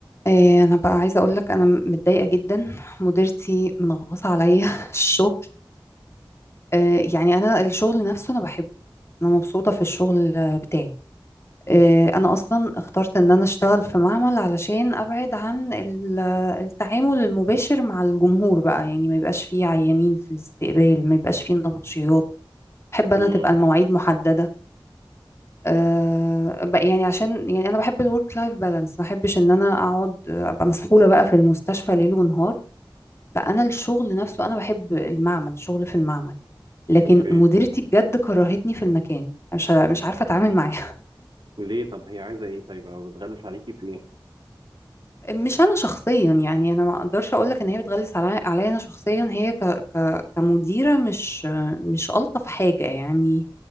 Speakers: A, on the left (about 30°); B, on the right (about 65°).
A: إيه، انا بقى عايزه اقول لك انا متضايقه جدا مديرتي منغصه عليا <laughs> الشغل إيه، يعني انا الشغل نفسه انا بحبه انا مبسوطه في الشغل بتاعي إيه، انا اصلا اخترت ان انا اشتغل في معمل علشان ابعد عن ال- التعامل المباشر مع الجمهور بقى يعني ما يبقاش فيه عيانين في الاستقبال ما يبقاش فيه نبطشيات بحب
B: امم
A: انا تبقى المواعيد محدده أه بقى يعني عشان يعني انا بحب الورك لايف بالانس ما بحبش ان انا اقعد ابقى مسحوله بقى في المستشفى ليل ونهار فانا الشغل نفسه انا بحب المعمل شغل في المعمل لكن
B: اوكي
A: مديرتي بجد كرهتني في المكان مش مش عارفه اتعامل معاها
B: ليه طب هي عايزه ايه طيب او بتغلس عليكي في ايه
A: <laughs> مش انا شخصيا يعني انا ما اقدرش اقول لك ان هي بتغلس علي عليا انا شخصيا هي ك ك كمديره مش مش الطف حاجه يعني